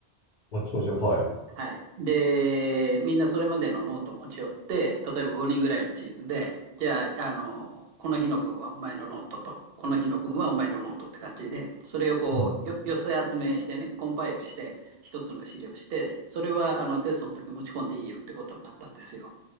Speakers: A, on the left; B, on the right.
A: もちろんはい。
B: はい。で、みんなそれまでのノートを持ち寄って、例えば5人ぐらいのチームで、じゃあ、あの、この日の分はお前のノートと、この日の分はお前のノートって感じで、それをこう、
A: うん
B: よ、寄せ集めしてね、コンパイルして、一つの資料して、それはあのテストの時持ち込んでいいよってことになったんですよ。